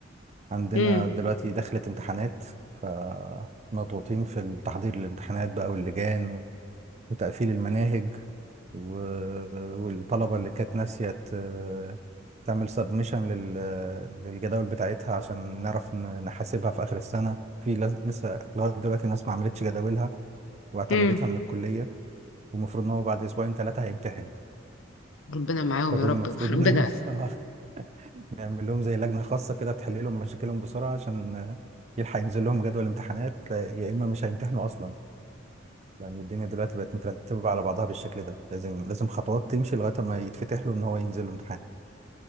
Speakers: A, on the right; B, on the left.
A: عندنا
B: امم
A: دلوقتي دخلت امتحانات فمضغوطين في التحضير للامتحانات بقى واللجان وتقفيل المناهج و- والطلبه اللي كانت ناسيه ت- تعمل سبمشن لل للجداول بتاعتها عشان نعرف ن- نحاسبها في اخر السنه في لاز- لسه لغايه دلوقتي ناس ما عملتش جداولها واعتمدتها
B: امم
A: من الكلية والمفروض ان هو بعد اسبوعين ثلاثة هيمتحن
B: ربنا معاهم
A: فدول
B: يا رب
A: المفروض
B: <laughs> ربنا
A: <laughs> نعمل آه، نعمل لهم زي لجنة خاصة كده تحل لهم مشاكلهم بسرعة عشان آه، يلحق ينزل لهم جدول امتحانات لا- يا اما مش هيمتحنوا اصلا لان الدنيا دلوقتي بقت مترتبة على بعضها بالشكل ده لازم لازم خطوات تمشي لغاية ما يتفتح له ان هو ينزل له امتحان